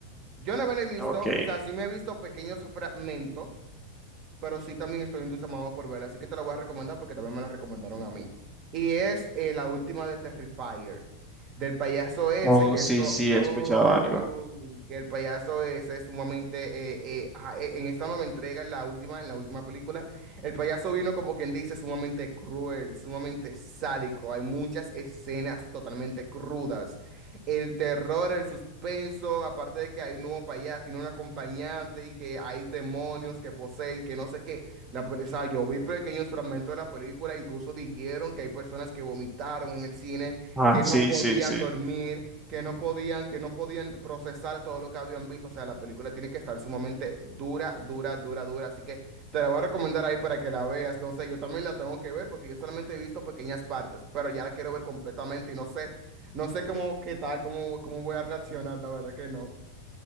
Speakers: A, on the right; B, in the centre.
A: Yo no me la he visto,
B: Ok.
A: o sea, sí me he visto pequeños fragmentos, pero sí también estoy entusiasmado por verla, así que te la voy a recomendar porque también me la recomendaron a mí. Y es eh, la última de Terrifier, del payaso ese
B: Oh,
A: que
B: sí,
A: es co-
B: sí,
A: Uy,
B: he escuchado algo.
A: que el payaso ese es sumamente, eh, eh, ah, eh, en esta nueva entrega, en la última, en la última película, el payaso vino como quien dice sumamente cruel, sumamente sádico, hay muchas escenas totalmente crudas. El terror, el suspenso, aparte de que hay un nuevo payaso, tiene un acompañante y que hay demonios que poseen, que no sé qué. La, pel- o sea, yo vi pequeños fragmentos de la película, incluso dijeron que hay personas que vomitaron en el cine,
B: Ah,
A: que
B: sí,
A: no podían
B: sí, sí.
A: dormir, que no podían, que no podían procesar todo lo que habían visto. O sea, la película tiene que estar sumamente dura, dura, dura, dura. Así que te la voy a recomendar ahí para que la veas. No sé, yo también la tengo que ver porque yo solamente he visto pequeñas partes, pero ya la quiero ver completamente y no sé. No sé cómo, qué tal, cómo, cómo voy a reaccionar, la verdad que no.